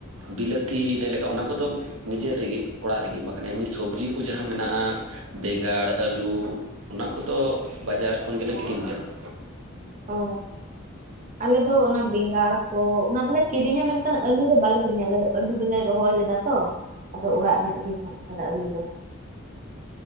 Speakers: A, on the right; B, on the right.
A: ᱵᱤᱞᱟᱹᱛᱤ ᱞᱟᱹᱭ ᱞᱮᱠᱷᱟᱡ ᱚᱱᱟ ᱠᱚᱫᱚ ᱱᱤᱡᱮ ᱛᱮᱜᱮ ᱚᱲᱟᱜ ᱨᱮᱜᱮ ᱢᱟᱱᱮ ᱮᱢᱱᱤ ᱥᱚᱵᱽᱡᱤ ᱠᱚ ᱡᱟᱦᱟᱸ ᱢᱮᱱᱟᱜᱼᱟ, ᱵᱮᱸᱜᱟᱲ, ᱟᱹᱞᱩ ᱚᱱᱟ ᱠᱚᱫᱚ ᱵᱟᱡᱟᱨ ᱠᱷᱚᱱ ᱜᱮᱞᱮ ᱠᱤᱨᱤᱧ ᱟᱹᱜᱩᱭᱟ ᱾
B: ᱚ, ᱟᱞᱮ ᱫᱚ ᱚᱱᱟ ᱵᱮᱸᱜᱟᱲ ᱛᱚ ᱚᱱᱟ ᱫᱚᱞᱮ ᱠᱤᱨᱤᱧᱟ, ᱢᱮᱱᱠᱷᱟᱱ ᱟᱹᱞᱩ ᱫᱚ ᱵᱟᱞᱮ ᱠᱤᱨᱤᱧᱟ ᱾ ᱟᱞᱮ ᱫᱚ ᱟᱹᱞᱩ ᱫᱚᱞᱮ ᱨᱚᱦᱚᱭ ᱞᱮᱫᱟ ᱛᱚ ᱾ ᱟᱫᱚ ᱚᱲᱟᱜ ᱨᱮᱱᱟᱜ ᱜᱮ ᱦᱮᱱᱟᱜ ᱟᱠᱟᱫᱟ ᱟᱹᱞᱩ ᱫᱚ ᱦᱟᱸᱜ ᱾